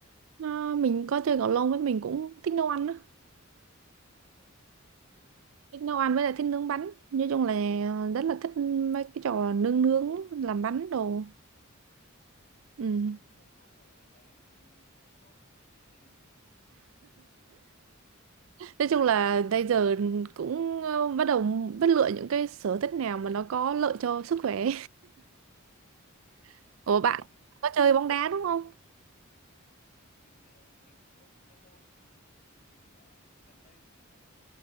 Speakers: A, on the right; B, on the left.
A: Ờ, mình có chơi cầu lông với mình cũng thích nấu ăn á
B: ồ oh, hay quá nhỉ
A: thích nấu ăn với lại thích nướng bánh nói chung là rất là thích mấy cái trò nướng nướng làm bánh đồ ừ.
B: sở thích này có vẻ là ừ, rất tốt cho gia đình này
A: nói chung là bây giờ cũng ờ, bắt đầu biết lựa những cái sở thích nào mà nó có lợi cho sức khỏe
B: Ờ,
A: <laughs> ủa bạn
B: thực ra
A: có chơi bóng đá đúng không
B: mình ờ, ngày trước lâu lâu rồi mình mình cũng đã gần đây thì ít hơn